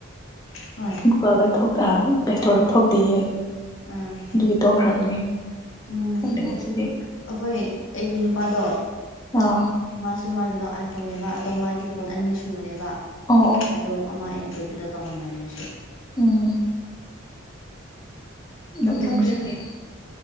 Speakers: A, on the left; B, on the left.
A: ꯍꯣꯏ
B: ꯀ‌ꯣꯜꯗ‌ꯣ ꯊꯣꯛ ꯇ ꯄ꯭ꯂꯦꯁ꯭ꯇꯣꯔꯗ ꯊꯣꯛꯇꯦꯌꯦ
A: ꯎꯡ
B: ꯗꯨꯒꯤ ꯇꯣꯛꯈ꯭ꯔꯕꯅꯦ
A: ꯎꯝ
B: ꯅꯣꯛꯅꯤꯡꯕꯁꯤꯗꯤ
A: ꯑꯩꯈꯣꯏ ꯑꯩꯒꯤ ꯅꯨꯄꯥꯗꯣ
B: ꯑꯥ
A: ꯃꯥꯁꯨ ꯃꯥꯒꯤꯗꯣ ꯑꯥꯏꯐꯣꯟꯅꯦꯕ ꯑꯗꯣ ꯃꯥꯒꯤ ꯐꯣꯟ ꯑꯅꯤ ꯁꯨꯕꯅꯦꯕ
B: ꯑꯣ ꯑꯣ
A: ꯑꯗꯣ ꯑꯃ ꯑꯦꯟꯗ꯭ꯔꯣꯏꯠꯇꯨꯗ ꯇꯧꯍꯟꯕꯅꯦ ꯑꯩꯁꯨ
B: ꯎꯝ ꯅꫭꯛꯅꯤꯡꯕꯁꯤꯗꯤ
A: ꯈꯪꯗ꯭ꯔꯦꯗ